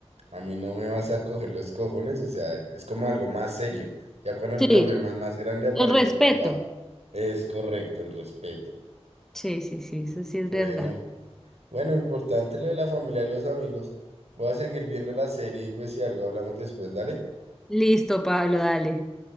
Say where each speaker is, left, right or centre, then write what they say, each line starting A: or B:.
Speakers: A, on the right; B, in the centre.
A: a mí no me vas a coger los cojones, o sea, es como algo más serio. Ya cuando el
B: Sí,
A: problema es más grande aparece
B: el respeto.
A: el papá. Es correcto el respeto.
B: Sí, sí, sí, eso sí es
A: Bueno,
B: verdad.
A: bueno, importante lo de la familia y los amigos. Voy a seguir viendo la serie y pues si algo hablamos después, dale.
B: Listo, Pablo, dale.